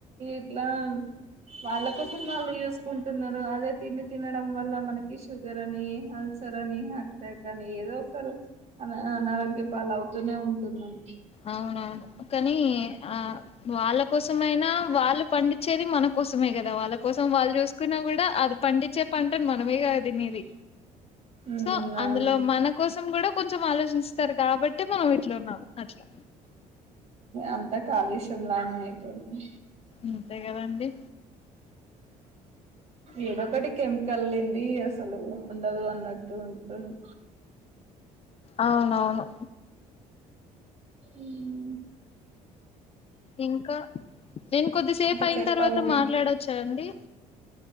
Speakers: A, on the right; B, on the left.
A: ఇట్లా వాళ్ళ కోసం వాళ్ళు చూసుకుంటున్నారు అదే తిండి తినడం వల్ల మనకి షుగర్ అని అల్సర్ అని హార్ట్ అటాక్ అని ఏదో ఒకరు అ అనారోగ్యపాల అవుతూనే ఉంటున్నారు
B: అవునవును కానీ ఆ వాళ్ళ కోసమైనా వాళ్ళు పండించేది మన కోసమే కదా వాళ్ళ కోసం వాళ్ళు చూసుకున్నా కూడా అది పండించే పంటని మనమే కదా తినది
A: ఉమ్
B: సో అందులో
A: అవును
B: మన కోసం కూడా కొంచెం ఆలోచిస్తారు కాబట్టి మనం ఇట్లు ఉన్నాం అట్ల
A: అంత కాలుష్యం లానే అయితుంది
B: అంతే కదండి
A: ఏదొ ఒకటి కెమికల్ లేంది అసలు ఉండదు అన్నట్ ట్టు ఉంటుంది
B: అవునవును
A: ఉమ్
B: ఇంకా నేను కొద్దిసేపు
A: ఇంకా
B: అయిన
A: చెప్పాలని
B: తర్వాత మాట్లాడొచ్చా అండి